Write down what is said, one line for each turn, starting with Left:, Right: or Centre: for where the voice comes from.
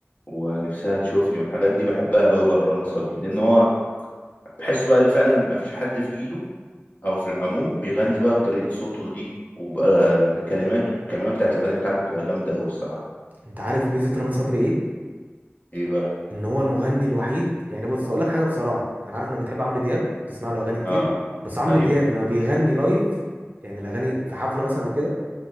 Left: ونفسها تشوفني والحاجات دي بحبها قوي بقى رامي صبري لان هو بحسه بقى اللي فعلا ما فيش حد في جيله او في العموم بيغني بقى بطريقة صوته دي وبقى بكلماته الكلمات بتاعت الاغاني بتاعته بتبقى جامدة قوي الصراحة
Right: انت عارف ميزه رامي صبري ايه
Left: ايه بقى
Right: ان هو المغني الوحيد يعني بص هقول لك حاجه بصراحه انا عارف انك بتحب عمرو دياب بتسمع له اغاني كتير
Left: اه
Right: بس عمرو
Left: ايوه
Right: دياب لما بيغني لايف يعني الاغاني في حفله مثلا او كده